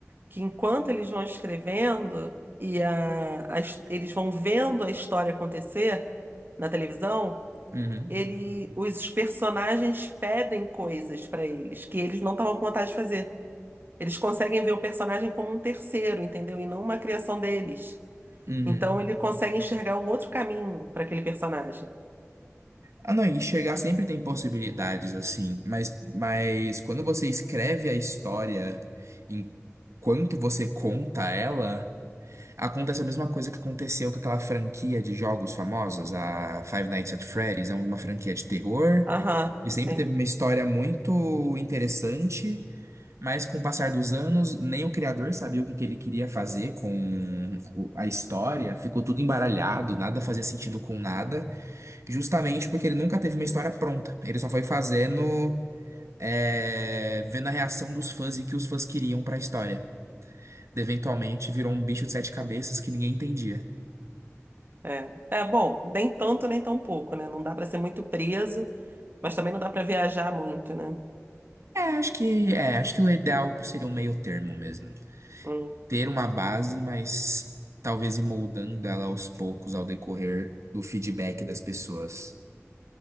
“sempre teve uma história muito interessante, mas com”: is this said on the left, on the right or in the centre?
Right